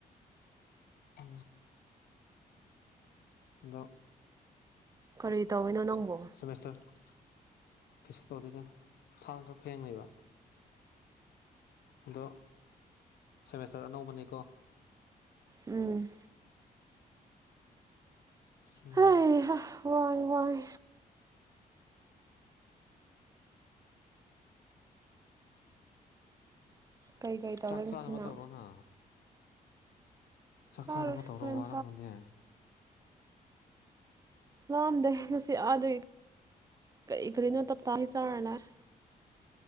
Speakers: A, on the left; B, on the right.
A: ꯑ ꯑꯗꯣ
B: ꯀꯔꯤ ꯇꯧꯋꯤꯅꯣ ꯅꯪꯕꯣ
A: ꯁꯦꯃꯦꯁꯇꯔ ꯀꯩꯁꯨ ꯇꯧꯗꯦꯗ ꯊꯥꯡ ꯈꯔ ꯐꯦꯡ ꯂꯩꯕ ꯑꯗꯣ ꯁꯦꯃꯦꯁꯇꯔ ꯑꯅꯧꯕꯅꯤꯀꯣ
B: ꯎꯝ
A: ꯎꯝ
B: ꯍꯩꯍꯥ ꯋꯥꯏ ꯋꯥꯏ ꯀꯩ ꯀꯩ ꯇꯧꯔꯦ
A: ꯆꯥꯛ
B: ꯉꯁꯤꯅ
A: ꯆꯥꯅꯕ ꯇꯧꯔꯣꯅ ꯆꯥꯛ
B: ꯆꯥꯔꯦ
A: ꯆꯥꯅꯕ ꯇꯧꯔꯣ
B: ꯍꯣꯔꯦꯟ
A: ꯋꯥꯔꯝꯕꯅꯦ
B: ꯂꯝꯗꯦ ꯉꯁꯤ ꯑꯗꯩ ꯀꯔꯤ ꯀꯔꯤꯅꯣ ꯇꯞ ꯇꯥ ꯉꯩ ꯆꯔ ꯂꯥꯛꯑꯦ